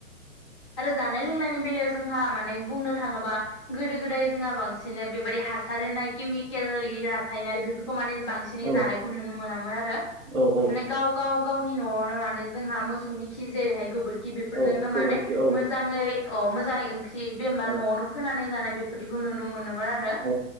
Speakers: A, on the left; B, on the right.
A: आरो जानाय लोंनायनि बेलायाव जोंहा माने बुंनो गोदो गोदाय जोंहा बांसिननै बेबायदि हासार होनाय केमिकेल हासायनारि बेफोरखौ माने बांसिनै
B: औ
A: जानायखौ नुनो मोनामोन आरो
B: औ
A: माने गाव गाव गावनि न'आवनो माने जोंहा मोसौनि खि जेरैहाय गोबोरखि बेफोरजोंनो
B: औ गोबोरखि
A: माने
B: औ
A: मोजाङै अ मोजाङै ओंख्रि बे न'आवनो
B: औ
A: फोनानै जानाय बेफोरदिखौ नुनो मोनोमोन आरो
B: औ